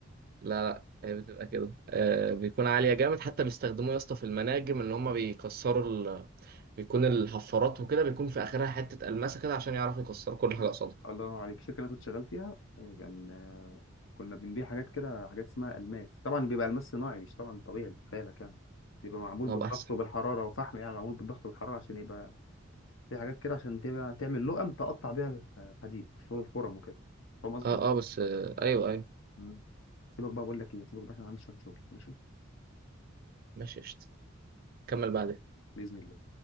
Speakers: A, on the right; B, on the left.
A: لا لا هي بتبقى كده آه بيكون عالية جامد حتى بيستخدموه يا اسطى في المناجم ان هما بيكسروا ال... بيكون الحفارات وكده بيكون في اخرها حتة الماسة كده عشان يعرفوا يكسروا كل حاجة
B: كده.
A: قصادها
B: الله ينور عليك الشركه اللي انا كنت شغال فيها آه، كان آه، كنا بنبيع حاجات كده حاجات اسمها الماس طبعا بيبقى الماس صناعي مش طبعا طبيعي خيالك يعني بيبقى معمول
A: اه
B: بالضغط
A: بقى احسن
B: وبالحراره وفحم يعني معمول بالضغط والحراره عشان يبقى في حاجات كده عشان تبقى تعمل لقم تقطع بيها الح- الحديد شغل الفرم وكده فاهم قصدي؟
A: اه اه بس آه ايوه ايوه
B: مم. سيبك بقى بقول لك ايه سيبك بقى عشان عندي شويه شغل ماشي
A: ماشي قشطة كمل بعدين
B: باذن الله